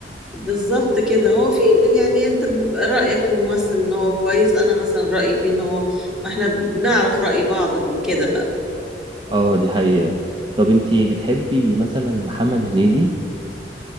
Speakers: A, in the centre; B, on the right (about 30°).
A: بالظبط كده هو في يعني انت بيبقى رأيك في الممثل ان هو كويس انا مثلا رأيي فيه ان هو ما احنا بنعرف رأي بعض من كده بقى
B: اه دي حقيقة طب انتي بتحبي مثلا محمد هنيدي